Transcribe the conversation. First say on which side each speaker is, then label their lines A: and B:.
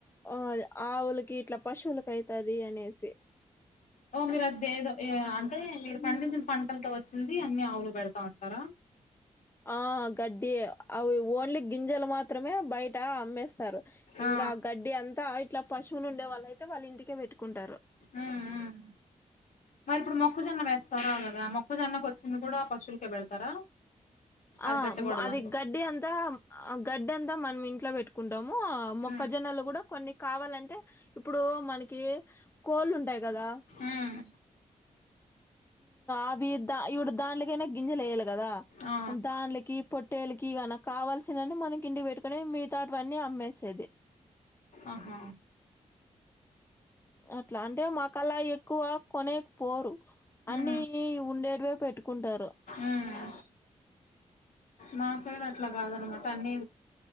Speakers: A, on the left; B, on the left.
A: ఆ ఆవులకి ఇట్లా పశువులకి అయితాదీ అనేసి.
B: ఓ మీరు అదేదో ఏ అంటే మీరు పండించిన పంటలతో వచ్చిందీ అన్ని ఆవులకు పెడతా ఉంటారా.
A: ఆ గడ్డి అవి ఓన్లీ గింజలు మాత్రమే బయటా అమ్మేస్తారు. ఇంగా
B: ఆ
A: గడ్డి అంతా ఆ ఇట్లా పశువులు ఉండే వాళ్ళు అయితే వాళ్ళ ఇంటికే పెట్టుకుంటారు.
B: ఉమ్ ఉమ్ మరి ఇప్పుడు మొక్కజొన్న వేస్తారా కదా మొక్కజొన్నకు వచ్చింది గూడా పశుల్కే పెడతారా. అది
A: ఆ
B: పెట్టకూడదా
A: అది గడ్డీ అంతా గడ్డీ అంతా మనం ఇంటిక్ ట్లో పెట్టుకుంటాం. మో మొక్కజొన్నలు
B: ఉమ్
A: గూడా కొన్ని కావాలంటే, ఇప్పుడూ మనక్ కే కోళ్లు ఉంటాయి కదా
B: ఉమ్
A: అవి ద ఇవిడు దాన్లకైనా గింజలు గదా
B: ఆ
A: దానిలకి టేలికి గిన కావల్సినని మనకి ఇంటికి పెట్టుకుని మిగతాటివన్నీ అమ్మేసేది
B: ఆహా
A: అట్లా అంటే మాకలా ఎక్కువ కొనేకి పోరు అన్ని
B: ఉమ్
A: ఉండేవే పెట్టుకుంటారు
B: ఉమ్ మా సైడు అట్లా కాదనమాట అన్ని